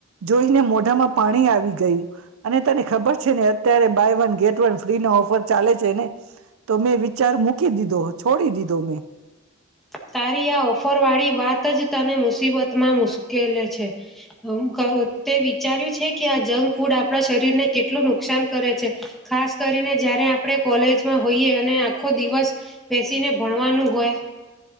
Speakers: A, on the right; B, in the centre.
A: જોઈને મોઢામાં ધામાં પાણી આવી ગયું. અને તને ખબર છે ને અત્યારે બાય વન ગેટ વન ફ્રીનો ઓફર ચાલે છે ને તો મેં વિચાર મૂકી દીધો છોડી દીધો મેં.
B: તારી આ ઓફર વાળી વાત જ તને મુસીબતમાં મુશ્કેલે છે અહ ક તે વિચાર્યું કે આ જંક ફૂડ આપણા શરીર ને કેટલું નુકસાન કરે છે, ખાસ કરીને જયારે આપણે કોલેજમાં હોઈએ અને આખો દિવસ બેસીને ભણવાનું હોય.